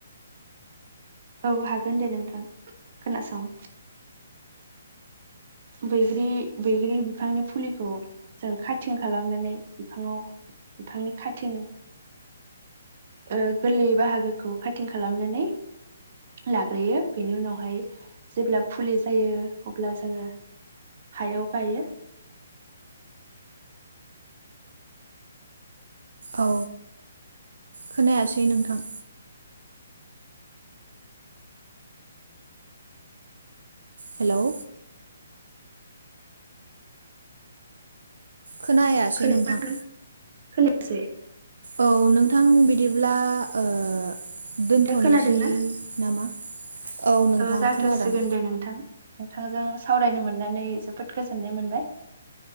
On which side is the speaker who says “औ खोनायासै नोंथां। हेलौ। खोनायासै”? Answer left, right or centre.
Right